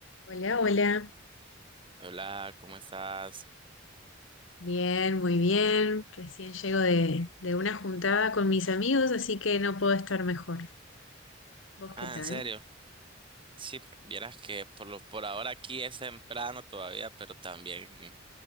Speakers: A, on the left; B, on the right.
A: Hola, hola.
B: Hola, ¿cómo estás?
A: Bien, muy bien. Recién llego de, de una juntada con mis amigos, así que no puedo estar mejor. ¿Vos
B: Ah,
A: qué tal?
B: ¿en serio? Sí, vieras que por lo, por ahora aquí es temprano todavía, pero también